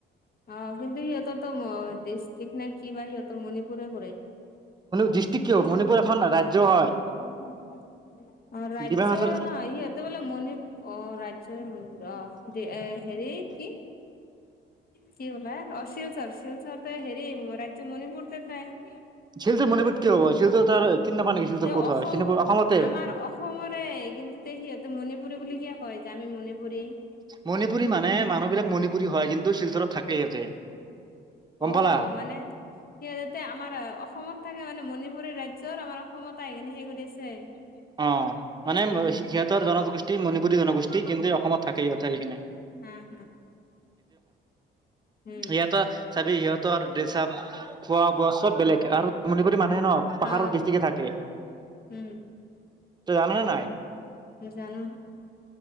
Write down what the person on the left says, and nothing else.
অ কিন্তু সিহঁতৰ তো ডিষ্ট্ৰিক নে কি বা সিহঁতৰ মণিপুৰে পৰে।
উম। অ ৰাজ্য
নহ ইহঁত এতে বোলে মণিপুৰ অ ৰাজ্য মণিপুৰ অ এ হেৰি কি। কি বোলে অ শিলচৰ শিলচৰ ত হেৰি ৰাজ্য মণিপুৰ তেতাই নাই
তেওঁ
অসম
আমাৰ অসমৰে কিন্তু তেও সিহঁতে মণিপুৰী বুলি কিয় কয় আমি মণিপুৰী
অ
মানে সিহতে আমাৰ অসমত থাকে মানে মণিপুৰী ৰাজ্য ৰ আমাৰ অসমত আহি সেইকৰি আছে
হম হম উ
অ
উম
জানো